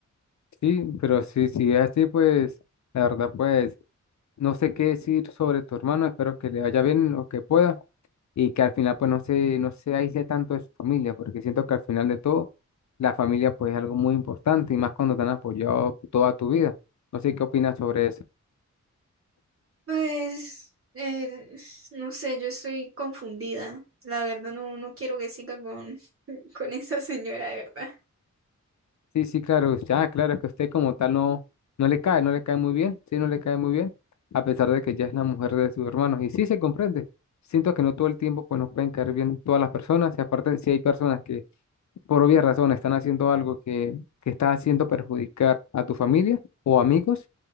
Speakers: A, on the left; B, on the right.
A: Sí, pero si, si es así, pues la verdad, pues no sé qué decir sobre tu hermano, espero que le vaya bien lo que pueda y que al final pues no se, no se aísle tanto de su familia, porque siento que al final de todo la familia pues es algo muy importante y más cuando te han apoyado toda tu vida. No sé qué opinas sobre eso.
B: Pues, eh, no sé, yo estoy confundida. La verdad, no, no quiero que siga con, <laughs> con esa señora, de verdad.
A: Sí, sí, claro, ya, claro, es que a usted como tal no, no le cae, no le cae muy bien, sí, no le cae muy bien, a pesar de que ya es la mujer de sus hermanos. Y sí se comprende. Siento que no todo el tiempo pues nos pueden caer bien todas las personas, y aparte si hay personas que por obvias razones están haciendo algo que, que está haciendo perjudicar a tu familia o amigos,